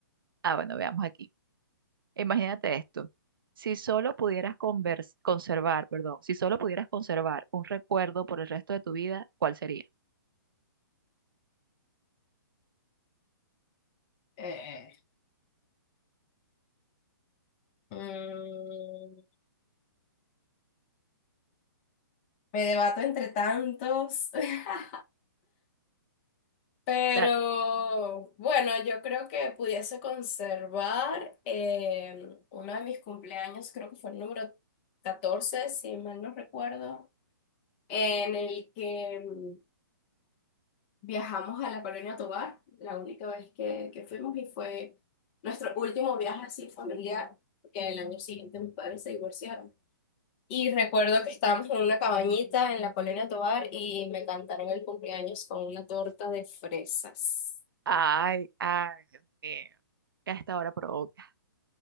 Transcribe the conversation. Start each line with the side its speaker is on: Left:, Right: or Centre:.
Right: Ah, bueno, veamos aquí. Imagínate esto. Si solo pudieras convers- conservar, perdón, si solo pudieras conservar un recuerdo por el resto de tu vida, ¿cuál sería?
Left: Eh, mm, me debato entre tantos, <laughs> pero
Right: Dale.
Left: bueno, yo creo que pudiese conservar eh, uno de mis cumpleaños, creo que fue el número 14 si mal no recuerdo, en el que... mm, Viajamos a la Colonia Tovar, la única vez que, que fuimos y fue nuestro último viaje así familiar, porque el año siguiente mis padres se divorciaron. Y recuerdo que estábamos en una cabañita en la Colonia Tovar y me cantaron el cumpleaños con una torta de fresas.
Right: Ay, ay, Dios mío. que hasta ahora provoca.